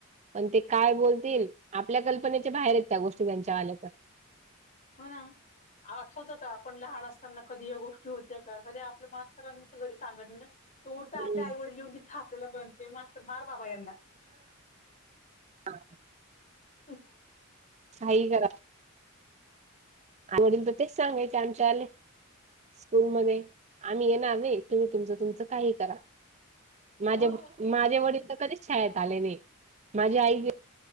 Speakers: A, on the right (about 30°); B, on the left (about 35°).
A: पण ते काय बोलतील आपल्या कल्पनेच्या बाहेर येत त्या गोष्टी त्यांच्या आल्या तर
B: हो ना आठवत का आपण लहान असताना कधी या गोष्टी होत्या का कधी आपल्या मास्तरांच घरी सांगण त उलट
A: हं,
B: आपल्या आई वडील लिहन तिथं आपल्याला बनते मास्तर मार बाबा यांना
A: ह
B: हां
A: काही करा आवडील तर तेच सांगायचे आमच्याले स्कूलमध्येध्ये आम्ही येणार नाही तुम्ही तुमच तुमचं काही करा माझ्या
B: हो
A: माझे वडील तर कधीच शाळेत आले नाही माझी आई